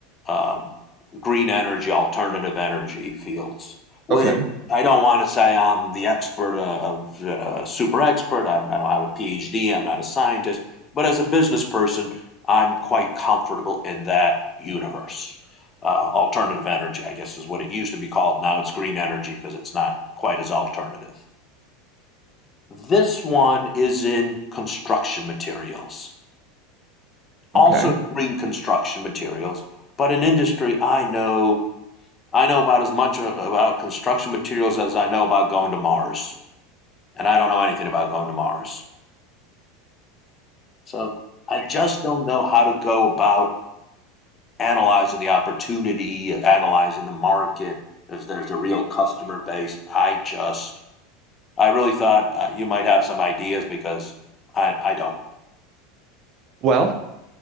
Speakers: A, on the left (about 25°); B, on the right (about 45°).
A: um, green energy, alternative energy fields, which
B: okay.
A: I don't want to say I'm the expert of you know, a super expert. I, I don't have a PhD. I'm not a scientist, but as a business person, I'm quite comfortable in that universe. Uh, alternative energy, I guess, is what it used to be called. Now it's green energy because it's not quite as alternative. This one is in construction materials also
B: Okay.
A: green construction materials, but in industry I know I know about as much about construction materials as I know about going to Mars, and I don't know anything about going to Mars. So I just don't know how to go about analyzing the opportunity, analyzing the market. If there's a real customer base, I just I really thought uh, you might have some ideas because I I don't.
B: Well,